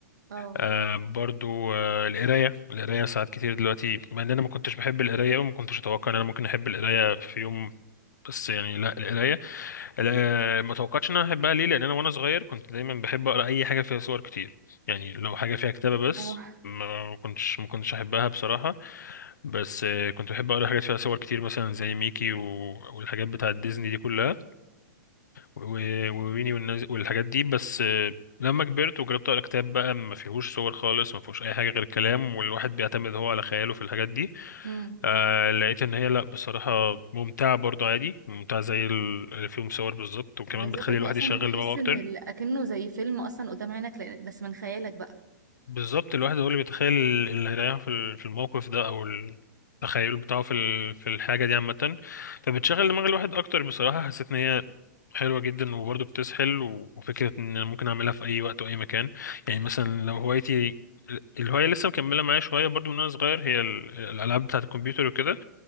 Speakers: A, on the right; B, on the left.
A: اه
B: آه برضو آه القراية القراية ساعات كتير دلوقتي مع ان انا ما كنتش بحب القراية وما كنتش اتوقع ان انا ممكن احب القراية في يوم بس يعني لا القراية لا، ما توقعتش ان انا احبها ليه لان انا وانا صغير كنت دايما بحب اقرا اي حاجه فيها صور كتير يعني لو حاجه فيها كتابه بس
A: اه
B: ما كنتش ما كنتش احبها بصراحه بس آه، كنت بحب اقرا حاجات فيها صور كتير مثلا زي ميكي و... والحاجات بتاعه ديزني دي كلها و- وويني والناس والحاجات دي بس آه، لما كبرت وجربت اقرا كتاب بقى ما فيهوش صور خالص ما فيهوش اي حاجه غير كلام والواحد بيعتمد هو على خياله في الحاجات دي
A: امم
B: آه لقيت ان هي لا بصراحة ممتعة برضو عادي ممتعة زي ال- اللي فيهم صور بالظبط وكمان
A: بالظبط
B: بتخلي
A: انت
B: الواحد
A: اصلا
B: يشغل
A: بتحس
B: دماغه اكتر
A: ان ال- اكنه زي فيلم اصلا قدام عينك لأن- بس من خيالك بقى
B: بالظبط الواحد هو اللي بيتخيل اللي هيريحه في ال- في الموقف ده او التخيل بتاعه في ال- في الحاجة دي عامة فبتشغل دماغ الواحد اكتر بصراحة حسيت ان هي حلوة جدا وبرضو بتسحل و- وفكرة ان أنا ممكن اعملها في اي وقت واي مكان يعني مثلا لو هوايتي الهواية لسه مكملة معايا شوية برضو من وانا صغير هي ال- الالعاب بتاعة الكمبيوتر وكده